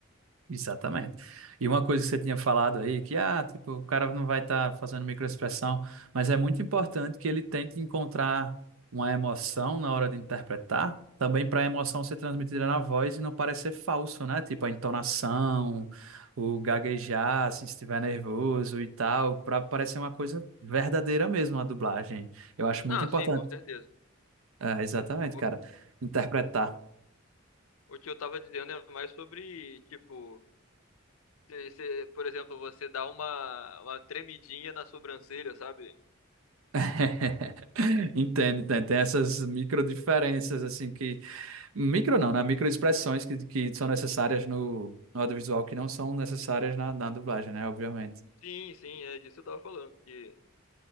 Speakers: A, on the right; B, on the left.
A: Exatamente. E uma coisa que você tinha falado aí, que ah, tipo, o cara não vai estar fazendo microexpressão, mas é muito importante que ele tente encontrar uma emoção na hora de interpretar, também para a emoção ser transmitida na voz e não parecer falso, né? Tipo, a entonação, o gaguejar, assim, se estiver nervoso e tal, para parecer uma coisa verdadeira mesmo a dublagem. Eu acho muito
B: Não,
A: importante.
B: sim, com certeza.
A: É, exatamente,
B: O,
A: cara. Interpretar.
B: o que eu tava dizendo é mais sobre, tipo, cê- cê- por exemplo, você dá uma, uma tremidinha na sobrancelha, sabe?
A: <laughs> Entendo, entendo. Tem essas micro diferenças, assim, que. Micro não, né? Micro expressões que, que são necessárias no, no audiovisual, que não são necessárias na, na dublagem, né? Obviamente.
B: Sim, sim, é disso que eu tava falando, porque